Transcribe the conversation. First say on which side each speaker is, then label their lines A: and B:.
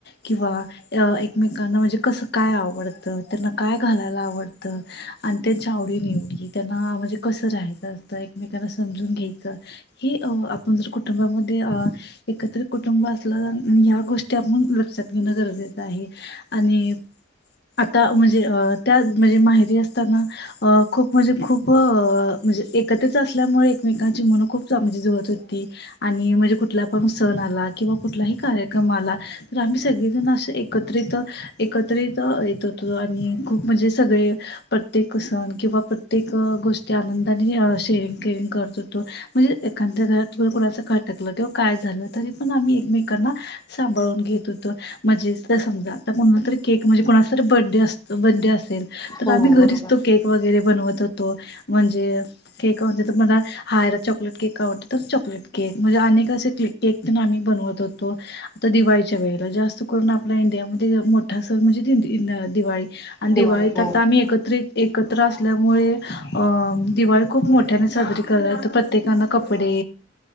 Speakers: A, on the left (about 60°); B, on the left (about 20°).
A: किंवा एकमेकांना म्हणजे कस काय आवडत, त्यांना काय घालायला आवडत आणि त्यांच्या आवडी निवडी म्हणजे त्यांना म्हणजे कसं राहायचं असतं. एकमेकांना समजून घ्यायचं हे आपण जर कुटुंबामध्ये अ एकत्र कुटुंब असलं जर ह्या गोष्टी आपण लक्षात घेणं गरजेचं आहे. आणि आता म्हणजे अ-त्या म्हणजे माहेरी असताना खूप म्हणजे खूप म्हणजे एकत्रित असल्यामुळे एकमेकांची मन खूप चा म्हणजे जुळत होती आणि म्हणजे कुठला पण सण आला किंवा कुठलाही कार्यक्रम आला तर आम्ही सगळेजण असे एकत्रित एकत्रित त येत होतो. आणि खूप म्हणजे सगळे प्रत्येक सण किंवा प्रत्येक गोष्ट गोष्टी आनंदाने शेरिंग केरिंग करत होतो. म्हणजे एखाद्या घरात व्हय कोणांच काय अटकलं तेव्हा काय झालं. तरी पण आम्ही एकमेकांना सांभाळून घेत होतो. म्हणजेस जर समजा, कोणाला तर केक म्हणजे कुणाचा बडे अस बड्डे असेल तर
B: हो
A: आम्ही घरीच
B: बरोबर
A: तो केक वगैरे बनवत होतो. म्हणजे केक म्हणजे तर मला हा याला चॉकलेट केक आवडतो तर चॉकलेट केक. म्हणजे अनेक अस केक तेन आम्ही बनवत होतो. आता दिवाळीच्या वेळेला, जास्त करून आपल्या इंडिया मध्ये मोठा सण म्हणजे दिन- दिवाळी. आणि दिवाळीत
B: दिवाळी हो
A: आता आम्ही एकत्रित एकत्र असल्यामुळे अ-दिवाळी खूप मोठ्याने साजरी करतात. तर प्रत्येकाना कपडे